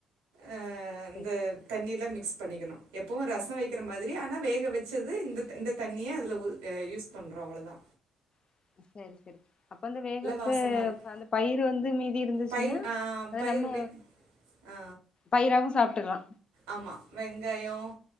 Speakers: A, on the right (about 75°); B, on the left (about 40°).
A: அஅ
B: சரி
A: இந்த தண்ணி ல மி மிக்ஸ் பண்ணிக்கணும் எப்பவும் ரசம் வைக்கிற மாதரி ஆனா வேக வச்சது இந்த இந்த தண்ணியே அதுல உ யூஸ் பண்ணறோம் அவ்வளோதா
B: <inaudible> சரி சரி அப்ப ந்த வேக
A: வாசமா இருக்கு
B: அந்த பயிர் வந்து மீதி இருந்துச்சுன்னா
A: பயிர் ஆ
B: அத
A: பயிர்
B: நம்ம
A: வே ஆ
B: பயிராகவும் சாப்ப ட்டுக்கலா
A: ஆமா வெங்காயம்